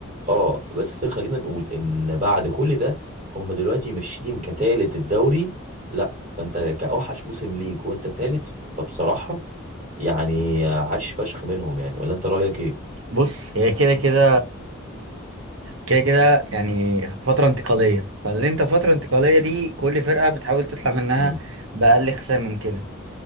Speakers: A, on the right; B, on the right.
A: اه بس خلينا نقول ان بعد كل ده هم دلوقتي ماشيين كتالت الدوري لا فانت كأوحش موسم ليك وانت تالت فبصراحة يعني عاش فشخ منهم يعني ولا انت رأيك ايه؟
B: بص هي كده كده كده كده يعني فترة انتقالية فاللي انت فترة انتقالية دي كل فرقة بتحاول تطلع منها
A: امم
B: بأقل خسائر ممكنة